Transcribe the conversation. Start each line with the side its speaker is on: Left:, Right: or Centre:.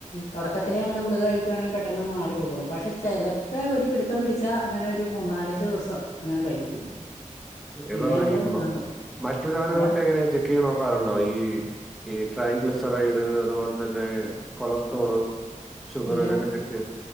Left: തൊടക്കത്തിലെ അങ്ങട് ഗുളിക കഴിക്കുകയാണെങ്കി പെ - പെട്ടെന്ന്ങ്ങ് മാറിപ്പൊക്കോളും പക്ഷേ ചിലപ്പോൾ ഒരു പിടിത്തം പിടിച്ചാൽ അങ്ങനെ ഒരു മൂന്ന നാലഞ്ച് ദിവസം അങ്ങനെ പനിക്കും പിന്നെ
Centre: ഏതോ
Left: അങ്ങട്
Centre: ഈ
Left: മാറും.
Centre: മറ്റു സാധനങ്ങളൊക്കെ
Left: എന്താ?
Centre: എങ്ങനെയാ ചെക്ക് ചെയ്ത് നോക്കാറുണ്ടോ ഈ ഈ ട്രൈഗ്ലിസെറൈഡ് അതുപോലെ തന്നെ കൊളസ്ട്രോള് ഷുഗർ
Left: ഇല്ല
Centre: ഇതൊക്കെ ചെക്ക് ചെയ്ത്